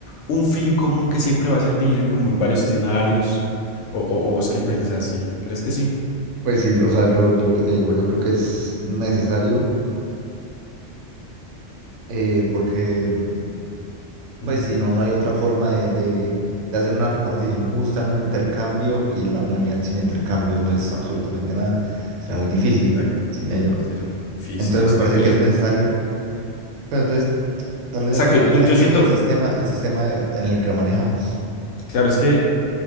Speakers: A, on the left; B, on the right.
A: un fin común que siempre va a servir como en varios escenarios. O, o, o vos qué pensás, sí, ¿crees que sí?
B: Pues sí, o sea, yo lo que te digo, yo creo que es necesario. eh, porque, mm,
A: Ujú,
B: pues, si no, no hay otra forma de, de- de hacer una repartición justa en un intercambio y la humanidad sin intercambios no es absolutamente nada. Será muy difícil
A: Exacto.
B: sin ello.
A: Sería muy difícil,
B: Entonces,
A: exacto,
B: me parece que
A: ya.
B: es necesario. Pero entonces, tal vez
A: Exacto,
B: el problema
A: yo,
B: sea
A: yo
B: el,
A: siento,
B: si- el sistema, el sistema de- en el que lo manejamos.
A: claro, es que,